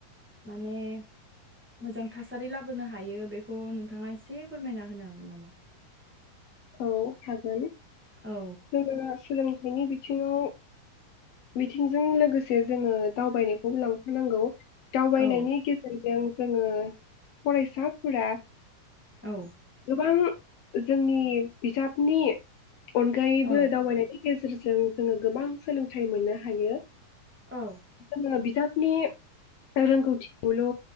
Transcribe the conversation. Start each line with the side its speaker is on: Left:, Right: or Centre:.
Right: माने मोजां थासारि लाबोनो हायो बेखौ नोंथांङा एसे फोरमायना होनो हागोन नामा?
Left: औ हागोन
Right: औ
Left: जोंङो सोलोंथाइनि बिथिंङाव मिथिंजों लोगोसे जोंङो दावबायनायखौ लांफानांगौ दावबायनायनि
Right: औ
Left: गेजेरजों जोंङो फरायसाफोरा
Right: औ
Left: गोबां जोंनि बिजाबनि अनगायैबो
Right: औ
Left: दावबायनानै गेजेरजों जोङो गोबां सोलोंथाइ मोननो हायो
Right: औ
Left: जोंङो बिजा नि रोंगौथिखौल'